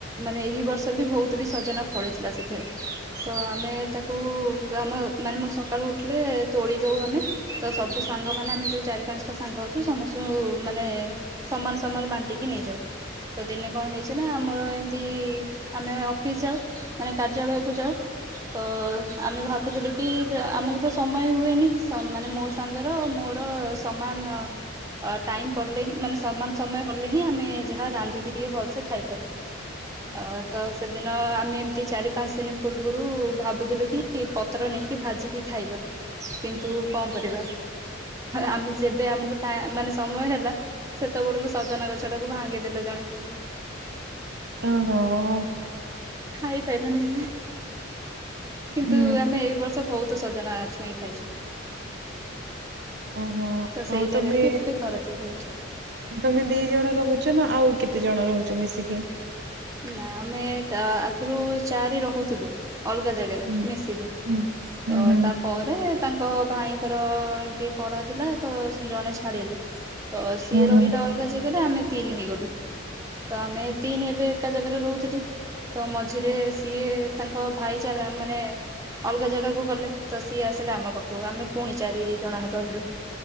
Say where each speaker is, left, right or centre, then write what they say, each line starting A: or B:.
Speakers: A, on the right; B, on the right.
A: ମାନେ ଏହି ବର୍ଷ ବି ବହୁତ ବି ସଜନା ଫଳିଥିଲା ସେଥିରେ। ତ ଆମେ ତା କୁ ଆମ ମାନେ ମୁଁ ସକାଳୁ ଉଠିଲେ ତୋଳି ଦଉ ଆମେ ତ ସବୁ ସାଙ୍ଗମାନେ ଆମେ ଯୋଉ ଚାରି ପା ପାଞ୍ଚଟା ସାଙ୍ଗ ଅଛୁ ସମସ୍ତଙ୍କୁ ମାନେ ସମାନ୍ ସମାନ୍ ବାଣ୍ଟିକି ନେଇଯାଉ। ତ ଦିନେ କଣ ହେଇଛି? ନା ଆମର ଏମତି ଆମେ ଅଫିସ୍ ଯାଉ, ମାନେ କାର୍ଯ୍ୟାଳୟକୁ ଯାଉ। ତ ଆମେ ଭାବୁଥିଲୁ କି ଆମକୁ ତ ସମୟ ହୁଏନି। ସ ମାନେ ମୋ ସାଙ୍ଗର ମୋର ସମାନ ଅ ଟାଇମ୍ ପଡଲେ ହିଁ ମାନେ ସମାନ ସମୟ ପଡ଼ଲେ ହିଁ ଆମେ ଯାହା ରାନ୍ଧିକି ଟିକେ ଭଲସେ ଖାଇପାରୁ। ଅ ତ ସେଦିନ ଆମେ ଏମତି ଚାରି ପାଞ୍ଚ ଦିନ ପୂର୍ବରୁ ପୂର୍ବରୁ ଭାବୁଥିଲୁ କି ପତ୍ର ନେଇକି ଭାଜିକି ଖାଇବା। କିନ୍ତୁ କଣ କରିବା ଆମେ ଯେବେ ଆମକୁ ଟା ମାନେ ସମୟ ହେଲା ସେତେବେଳକୁ ସଜନା ଗଛ ଟାକୁ ଭାଙ୍ଗିଦେଲେ ଜଣେ।
B: ଓହୋ।
A: ଖାଇପାରଲୁଣିି ଆମେ କିନ୍ତୁ
B: ହୁଁ।
A: ଆମେ ଏଇ ବର୍ଷ ସ ବହୁତ ସଜନା ଛୁଇଁ ଖାଇଛୁ।
B: ଅହୋ।
A: ତ
B: ଆଉ
A: ସେଇ
B: ତମେ
A: ଜାଗାରେ ହିଁ ଏବେ ଘର ତିଆରି ହେଇଛି।
B: ତମେ ଦି ଜଣ ରହୁଛ ନା ଆଉ କେତେ ଜଣ ରହୁଛ ମିଶିକି?
A: ନାଇ ଆମେ ଆଗରୁ ଚାରି ରହୁଥିଲୁ। ଅଲଗା ଜାଗାରେ
B: ହୁଁ,
A: ମିଶିକି।
B: ହୁଁ, ହୁଁ,
A: ତ
B: ହୁଁ,
A: ତାପ ପରେ ତାଙ୍କ ଭାଇଙ୍କର ଏମିତି ପଢା ଥିଲା ତ ଜଣେ ଛାଡିଲେ। ତ ସିଏ
B: ହୁଁ, ହଁ।
A: ରହିଲେ ଅଲଗା ଜାଗାରେ ଆମେ ତିନି ହେଇଗଲୁ ତ ଆମେ ତିନି ଏବେ ଏକା ଜାଗାରେ ରହୁଥିଲୁ ତ ମଝିରେ ସିଏ ତାଙ୍କ ଭାଇଚାରା ମାନେ ଅଲଗା ଜାଗାକୁ ଗଲେ ତ ସିଏ ଆସିଲେ ଆମ ପାଖକୁ ଆମେ ପୁଣି ଚାରି ଜଣ ରହିଲୁ।